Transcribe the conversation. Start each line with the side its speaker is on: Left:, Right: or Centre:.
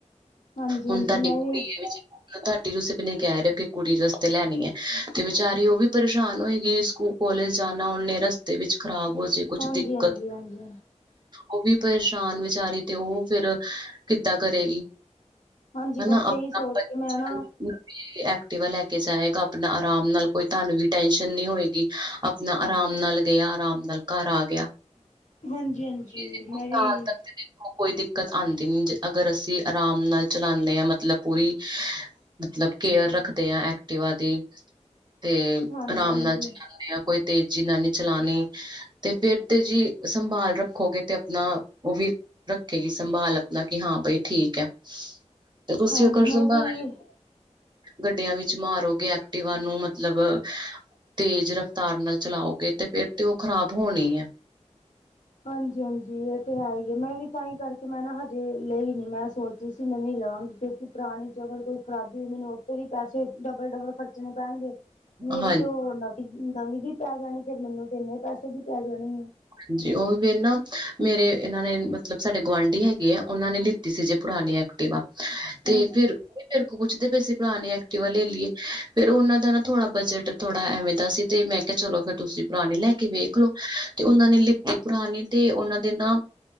Left: ਹਾਂਜੀ
Right: ਹੁਣ
Left: ਹਾਂਜੀ
Right: ਤੁਹਾਡੀ
Left: ਮੈਂ
Right: ਕੁੜੀ
Left: ਵੀ
Right: ਦੇ ਵਿੱਚ ਤੁਹਾਡੀ ਤੁਸੀੇਪਨ ਕਹਿ ਰਹੇ ਹੋ ਕਿ ਕੁੜੀ ਰਸਤੇ ਲੈਣੀ ਐ, ਤੇ ਵਿਚਾਰੀ ਉਹ ਵੀ ਪਰੇਸ਼ਾਨ ਹੋਏਗੀ ਸਕੂ ਕਾਲਜ ਜਾਣਾ ਉਹਨੇ ਰਸਤੇ ਵਿੱਚ ਖਰਾਬ ਹੋ ਜੇ ਕੁਛ
Left: ਹਾਂਜੀ,
Right: ਦਿੱਕਤ
Left: ਹਾਂਜੀ, ਹਾਂਜੀ।
Right: ਉਹ ਵੀ ਪਰੇਸ਼ਾਨ ਵਿਚਾਰੀ ਤੇ ਉਹ ਫੇਰ ਕਿੱਦਾਂ ਕਰੇਗੀ।
Left: ਹਾਂਜੀ
Right: ਹੈਨਾ
Left: ਬਸ
Right: ਆਪਣਾ
Left: ਇਹੀ ਸੋਚ
Right: <unintelligible>
Left: ਕੇ ਮੈਂ ਨਾ
Right: ਏ ਐਕਟੀਵਾ ਲੈ ਕੇ ਜਾਏਗਾ ਆਪਣਾ ਆਰਾਮ ਨਾਲ ਕੋਈ ਤੁਹਾਨੂੰ ਵੀ ਟੈਸ਼ਨ ਨਹੀਂ ਹੋਏਗੀ। ਆਪਨਾ ਆਰਾਮ ਨਾਲ ਗਿਆ, ਆਰਾਮ ਨਾਲ ਘਰ ਆ ਗਿਆ।
Left: ਹਾਂਜੀ, ਹਾਂਜੀ
Right: ਇਹ ਦੇਖੋ
Left: ਮੈਂ
Right: ਸਾਲ
Left: ਵੀ ਇਹੀ
Right: ਤੱਕ ਤੇ ਕੋਈ ਦਿੱਕਤ ਆਂਦੀ ਨੀ ਜੇ ਅਗਰ ਅਸੀਂ ਆਰਾਮ ਨਾਲ ਚਲਾਉਂਦੇ ਹਾਂ ਮਤਲਬ ਪੂਰੀ ਮਤਲਬ ਕੇਅਰ ਰੱਖਦੇ ਐ ਐਕਟਿਵਾ ਦੀ। ਤੇ
Left: ਹਾਂਜੀ
Right: ਆਰਾਮ
Left: ਹਾਂਜੀ
Right: ਨਾਲ ਚਲਾਉਂਦੇ ਆ ਕੋਈ ਤੇ ਜਿੰਨਾ ਨੇ ਚਲਾਉਣੀ ਤੇ ਫੇਰ ਤੇ ਜ਼ੀ ਸੰਭਾਲ ਰੱਖੋਗੇ ਤੇ ਆਪਣਾ, ਉਹ ਵੀ ਰੱਖੇਗੀ ਸੰਭਾਲ ਆਪਨਾ ਕਿ ਹਾਂ ਬਈ ਠੀਕ ਹੈ। ਤੇ ਤੁਸੀ
Left: ਹਾਂਜੀ
Right: ਅਗਰ
Left: ਮੈਂ
Right: ਸੰਭਾਲ
Left: ਵੀ
Right: ਗੱਡੀਆਂ ਵਿੱਚ ਮਾਰੋਗੇ ਐਕਟਿਵਾ ਨੂੰ ਮਤਲਬ ਤੇਜ਼ ਰਫਤਾਰ ਨਾਲ ਚਲਾਓਗੇ ਤੇ ਫੇਰ ਤੇ ਉਹ ਖ਼ਰਾਬ ਹੋਣੀ ਐ।
Left: ਹਾਂਜੀ- ਹਾਂਜੀ ਇਹ ਤੇ ਹੈ ਹੀਏ, ਮੈਂ ਵੀ ਤਾਂ ਹੀ ਕਰਕੇ ਮੈਂ ਨਾ ਹਜੇ ਲਈ ਨੀ ਮੈਂ ਸੋਚ ਰਹੀ ਸੀ ਨਵੀਂ ਲਵਾਂਗੀ ਕਿਉਂ ਕਿ ਪੁਰਾਣੀ ਚ ਅਗਰ ਕੋਈ ਖਰਾਬੀ ਮੈਨੂੰ ਉੱਥਤੇ ਵੀ ਪੈਸੇ ਡਬਲ-ਡਬਲ ਖਰਚਣੇ ਪੈਣਗੇ। ਮੇਰੀ
Right: ਹਾਂਜੀ
Left: ਤੋਂ ਨਵੀ- ਨਵੀਂ ਦੀ ਪੈ ਜਾਣੀ ਫਿਰ ਮੈਨੂੰ ਤੰ ਇਨੇ ਪੈਸੇ ਦੀ ਪੈ ਜਾਣੀ ਏ।
Right: ਹਾਂਜੀ, ਉਹ ਫਿਰ ਨਾ ਮੇਰੇ ਇਹਨਾਂ ਨੇ ਮਤਲਬ ਸਾਡੇ ਗੁਆਂਢੀ ਹੈਗੇ ਆ ਉਹਨਾਂ ਨੇ ਲ ਦਿਤੀ ਸੀ ਜੇ ਪੁਰਾਣੀ ਐਕਟਿਵਾ, ਤੇ
Left: ਹਾਂਜੀ
Right: ਫਿਰ ਉਹ ਵੀ ਮੇਰੇ ਕੋਲ ਪੁੱਛਦੇ ਪਏ ਸੀ ਪੁਰਾਣੀ ਐਕਟਿਵਾ ਲੈ ਲਈਏ, ਫੇਰ ਉਹਨਾਂ ਦਾ ਨਾ ਥੋੜਾ ਬਜਟ ਥੋੜ੍ਹਾ ਐਵੇਂ ਦਾ ਸੀ, ਤੇ ਮੈਂ ਕਿਹਾ ਚਲੋ ਫੇਰ ਤੁਸੀਂ ਪੁਰਾਣੇ ਲੈ ਕੇ ਵੇਖ ਲੋ। ਤੇ ਉਹਨਾਂ ਨੇ ਲਿੱਤੇ ਪੁਰਾਣੇ, ਤੇ ਉਹਨਾਂ ਦੇ ਨਾ